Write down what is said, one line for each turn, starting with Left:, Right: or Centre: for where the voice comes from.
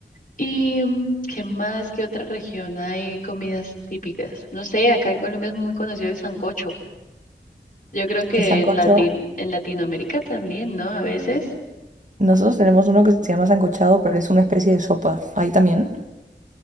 Left: ¿Y mm, qué más? ¿Qué otra región hay comidas típicas? No sé, acá en Colombia es muy conocido el sancocho. Yo creo que
Right: El sancocho,
Left: en Latin, en Latinoamérica también, ¿no? A veces.
Right: nosotros tenemos uno que se llama sancochado, pero es una especie de sopa. Ahí también.